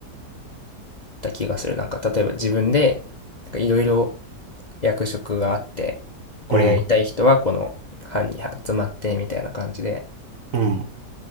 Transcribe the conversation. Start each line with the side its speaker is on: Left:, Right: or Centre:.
Left: た気がする。なんか、例えば自分で、なんかいろいろ役職があって、これやりたい人はこの班に集まってみたいな感じで
Right: うん。うん。